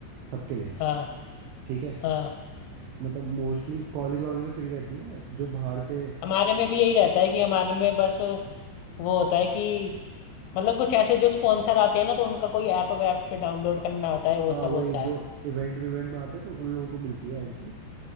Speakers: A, on the right; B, on the left.
A: सबके लिए
B: हाँ
A: ठीक है
B: हाँ
A: मतलब मोस्टली कॉलेज वालों की तो फ्री रहती है जो बाहर से
B: हमारे में भी यही रहता है कि हमारे में बस वो होता है कि मतलब कुछ ऐसे जो स्पॉन्सर आते हैं ना तो उनका कोई ऐप वैप पे डाउनलोड करना होता है
A: हाँ
B: वो सब
A: वही
B: होता
A: जो
B: है
A: इवेंट विवेंट में आते हैं तो उन लोगों को मिलती है एंट्री